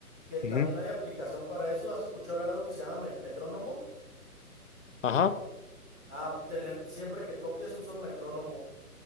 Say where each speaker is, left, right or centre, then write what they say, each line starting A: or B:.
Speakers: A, in the centre; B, on the left.
A: que
B: sí.
A: también
B: Ujú.
A: hay aplicación para eso. ¿Has escuchado hablar de algo que se llama met- metrónomo?
B: Ajá,
A: a tener, siempre que toques usa un metrónomo,